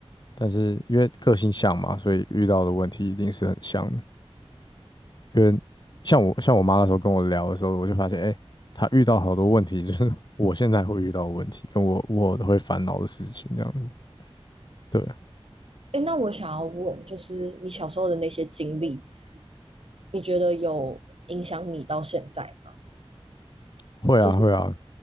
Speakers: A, on the left; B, on the right.
A: 但是因为个性像嘛，所以遇到的问题一定是很像的。因为像我像我妈那时候跟我聊的时候，我就发现，哎，她遇到好多问题，就是我现在会遇到的问题，跟我我会烦恼的事情这样子。对，
B: 哎，那我想要问，就是你小时候的那些经历，你觉得有影响你到现在吗？
A: 会啊会啊，
B: 就是